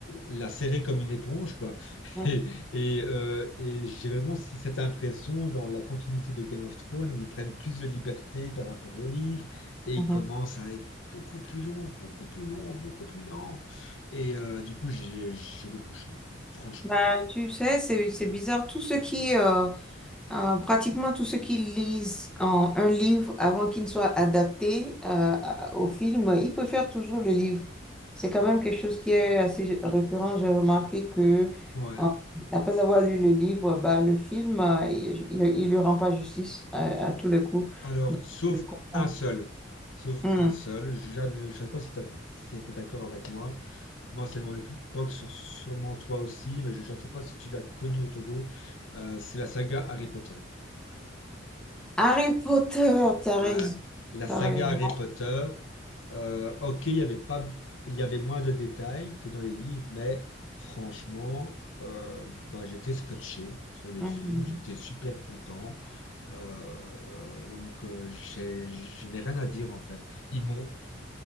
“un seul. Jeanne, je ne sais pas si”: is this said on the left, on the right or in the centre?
Left